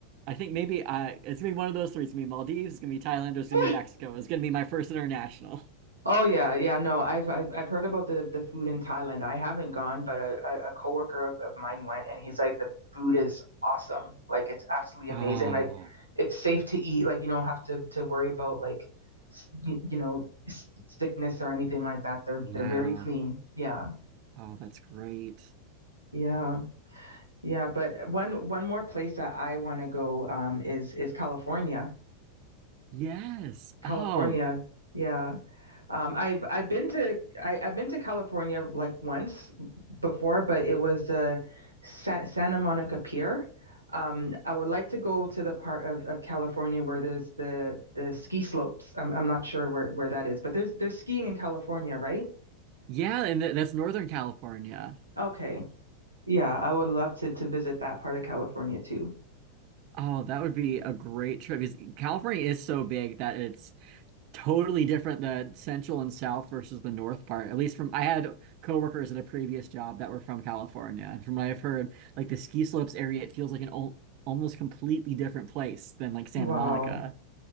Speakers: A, on the right; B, on the right.
A: I think maybe I it's gonna be one of those three. It's gonna be Maldives. It's gonna be Thailand. Or it's
B: <laughs>
A: gonna be Mexico. It's gonna be my first international.
B: Oh yeah, yeah. No, I've I've I've heard about the the food in Thailand. I haven't gone, but a a, a coworker of, of mine went, and he's like, the food is awesome. Like it's absolutely
A: Oh.
B: amazing. Like it's safe to eat. Like you don't have to to worry about like s- y- you, know s- sickness or anything like that. They're
A: Yeah.
B: they're very clean. Yeah,
A: Oh, that's great.
B: yeah, yeah. But one one more place that I want to go um is is California.
A: Yes.
B: California.
A: Oh,
B: Yeah. Um, I've I've been to I, I've been to California like once before, but it was the Sa Santa Monica Pier. Um, I would like to go to the part of, of California where there's the the ski slopes. I'm I'm not sure where, where that is, but there's there's skiing in California, right?
A: yeah. And th that's Northern California.
B: Okay. Yeah, I would love to to visit that part of California too.
A: Oh, that would be a great trip because California is so big that it's totally different the central and south versus the north part. At least from I had coworkers at a previous job that were from California, and from what I've heard, like the ski slopes area, it feels like an old, almost completely different place than like Santa
B: Wow.
A: Monica.